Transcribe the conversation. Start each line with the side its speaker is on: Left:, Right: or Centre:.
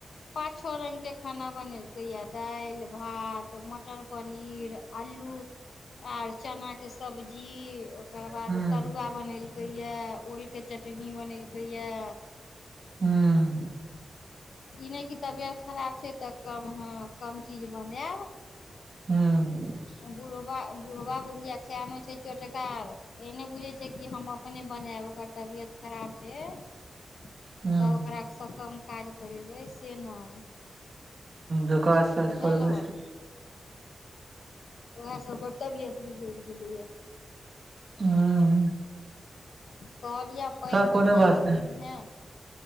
Left: पाचो रङ्गके खाना बनेलकैया दालि भात मटर पनीर आलू आर चनाके सब्जी ओकर बाद
Right: हूँ
Left: तरुआ बनेलकै यऽ ओल के चटनी बनेलकै यए
Right: हँ
Left: ई नहि कि तबियत खराब छै तऽ कम हँ कम चीज बनेब
Right: हँ
Left: बुढ़बा बुढ़बा बुढ़िया खायमे छै चोटका एने बुझै छै कि हम अपने बनायब ओकर तबियत खराब छै तऽ
Right: हूँ
Left: ओकासँ कम काज करेबै से नहि
Right: जे कास तास
Left: बुझल
Right: करबै छै
Left: उएहसभके तबियत बिगड़ि गेलैए
Right: हूँ
Left: कहलिह पानि
Right: का कोनो
Left: बढ़िआँसँ
Right: बात नहि
Left: पीबिहे